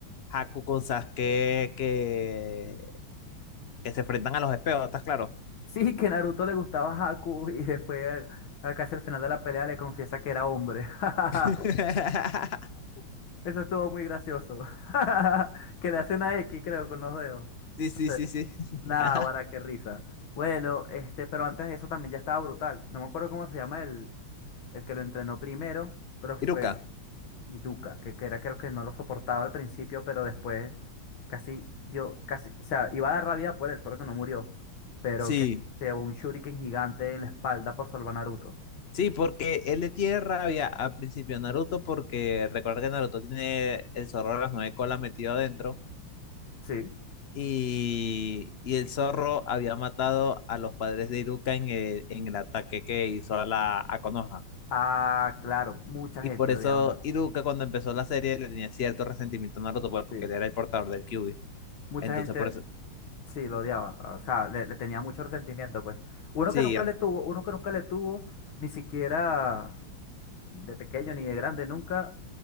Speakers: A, on the left; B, on the left.
A: Haku con Sasuke, que, que se enfrentan a los espejos, ¿estás claro?
B: Sí, que Naruto le gustaba a Haku y después, a- a casi al final de la pelea, le confiesa que era hombre. <laughs>
A: <laughs>
B: Eso estuvo muy gracioso. <laughs> Que le hace una X, creo, con los dedos.
A: Sí, sí,
B: No sé.
A: sí, sí.
B: Nah,
A: <laughs>
B: guara, qué risa. Bueno, este, pero antes de eso también ya estaba brutal. No me acuerdo cómo se llama el, el que lo entrenó primero, pero fue
A: Iruka.
B: y Duca, que, que era creo que no lo soportaba al principio, pero después casi dio, casi, o sea, iba a dar la vida por él, solo que no murió, pero
A: Sí,
B: que se llevó un shuriken gigante en la espalda por salvar a Naruto.
A: sí, porque él le tiene rabia al principio a Naruto, porque recuerda que Naruto tiene el zorro de las nueve colas metido adentro.
B: Sí.
A: y, y el zorro había matado a los padres de Iruka en el, en el ataque que hizo a la a Konoha.
B: Ah, claro, mucha
A: Y
B: gente
A: por
B: odiaba
A: eso
B: a Naruto.
A: Iruka cuando empezó la serie le tenía cierto resentimiento a Naruto pues, porque
B: Sí.
A: él era el portador del Kyuubi.
B: Mucha
A: Entonces
B: gente,
A: por eso...
B: sí, lo odiaba, ah, o sea, le, le tenía mucho resentimiento, pues. Uno
A: Sí,
B: que nunca
A: an-
B: le tuvo, uno que nunca le tuvo, ni siquiera de pequeño ni de grande, nunca,